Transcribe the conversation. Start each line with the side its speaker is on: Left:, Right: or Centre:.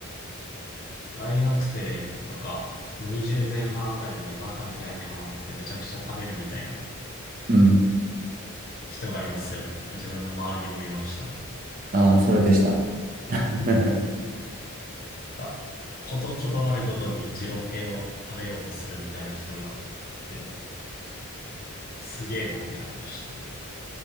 Left: 大学生とか、二0前半あたりにバカみたいにハマってめちゃくちゃ食べるみたいな
Right: うん。
Left: 人がいますよね。自分の周りにもいました。
Right: ああ、それでした。<laughs>
Left: がこと、ことあるごとに二郎系を食べようとするみたいな人がいて、すげえなって感じでしたね。